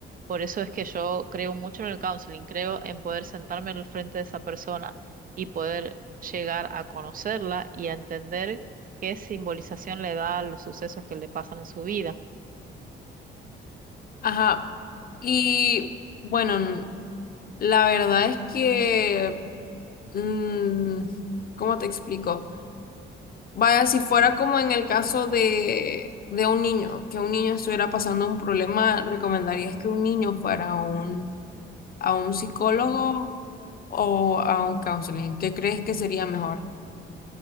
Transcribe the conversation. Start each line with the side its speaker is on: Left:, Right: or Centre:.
Right: Por eso es que yo creo mucho en el counseling, creo en poder sentarme al frente de esa persona y poder llegar a conocerla y a entender qué simbolización le da a los sucesos que le pasan en su vida.
Left: Ajá. Y bueno, n- la verdad es que, mm, ¿cómo te explico? Vaya, si fuera como en el caso de, de un niño, que un niño estuviera pasando un problema, ¿recomendarías que un niño fuera a un, a un psicólogo o a un counseling? ¿Qué crees que sería mejor?